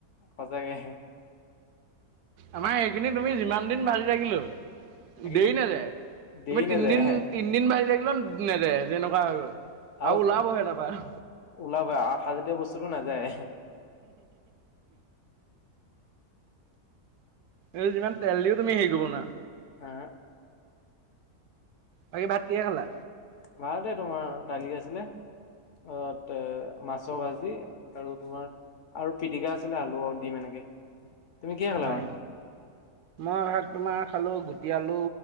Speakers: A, on the left (about 55°); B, on the right (about 80°).
A: সঁচাকে।
B: আমাৰ এইখিনি তুমি যিমান দিন ভাজি থাকিলেও
A: এইকেইদিন
B: দেৰি নাযায়।
A: দেৰি
B: তুমি তিনদিন
A: নাযায়
B: তিনদিন ভাজি থাকিলো নেযায় যেনেকোৱা হৈ গল।
A: আৰু
B: আও লাভ হয় তাপা। <unintelligible>
A: ওলাব আঠা জাতীয় বস্তুটো নাযায়
B: এই যিমান তেল দিও তুমি সেই কৰিব নোৱাৰা।
A: এ।
B: বাকী ভাত কিহে খালা?
A: ভাত এই তোমাৰ দালি আছিলে। অ তে মাছ ভাজি আৰু তোমাৰ আৰু পিটিকা আছিলে আলু আৰু ডিম এনেকে। তুমি কিহে খালা
B: হয়
A: ভাত?
B: নি মই তোমাৰ খালো গুটি আলু,